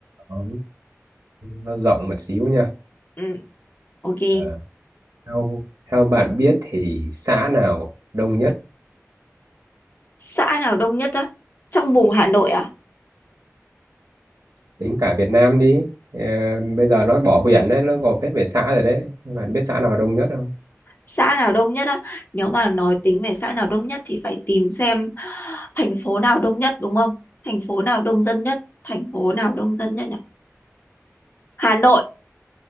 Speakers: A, on the right; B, on the left.
A: nó nó rộng một xíu nha
B: ừ ok
A: à, theo theo bạn biết thì xã nào đông nhất
B: xã nào đông nhất á trong vùng Hà Nội à
A: tính cả Việt Nam đi Ờ, bây giờ nó bỏ huyện đấy nó gộp hết về xã rồi đấy nhưng mà biết xã nào đông nhất không
B: xã nào đông nhất á nếu mà nói tính về xã nào đông nhất thì phải tìm xem thành phố nào đông nhất đúng không thành phố nào đông dân nhất thành phố nào đông dân nhất nhỉ Hà Nội